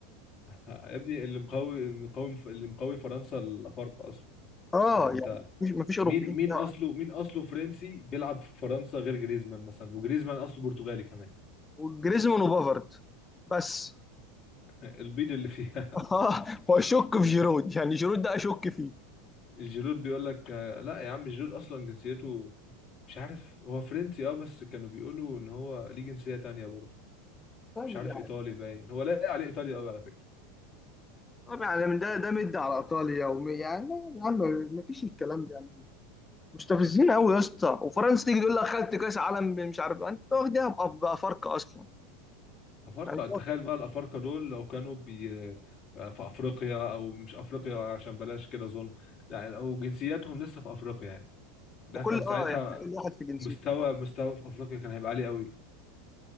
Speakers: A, on the left; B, on the left.
A: يا ابني اللي مقوي اللي مقوي اللي مقوي فرنسا الافارقه اصلا
B: اه
A: يعني
B: يعني
A: انت
B: مفيش مفيش
A: مين
B: اوروبيين
A: مين
B: فيها،
A: اصله مين اصله فرنسي بيلعب في فرنسا غير جريزمان مثلا وجريزمان اصله برتغالي كمان
B: وجريزمان وبافارد بس
A: <laughs> البيض اللي فيها <laughs>
B: اه واشك في جيرود يعني جيرود ده اشك فيه
A: الجيرود بيقول لك آه، لا يا عم جيرود اصلا جنسيته مش عارف هو فرنسي اه بس كانوا بيقولوا ان هو ليه جنسيه تانية برضه
B: طيب
A: مش عارف
B: يعني
A: ايطالي باين هو لاقي عليه ايطاليا قوي على فكره
B: طب يعني من ده ده مد على ايطاليا وم... يعني يا عم مفيش الكلام ده يعني مستفزين قوي يا اسطى وفرنسا تيجي تقول لك خدت كاس عالم مش عارف انت واخدها بأف- بافارقه اصلا
A: أفارقة
B: يعني
A: تخيل بقى الأفارقة دول لو كانوا بي في أفريقيا أو مش أفريقيا عشان بلاش كده ظلم لا أو جنسياتهم لسه في أفريقيا يعني ده
B: وكل
A: كان ساعتها
B: اه يعني كل واحد في جنسيته
A: مستوى
B: آه.
A: مستوى في أفريقيا كان هيبقى عالي قوي